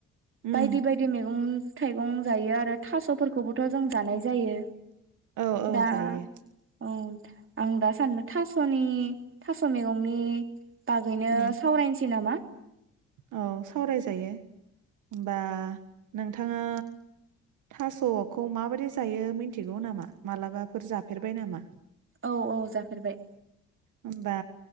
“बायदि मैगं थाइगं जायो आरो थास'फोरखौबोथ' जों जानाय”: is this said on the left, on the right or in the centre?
Right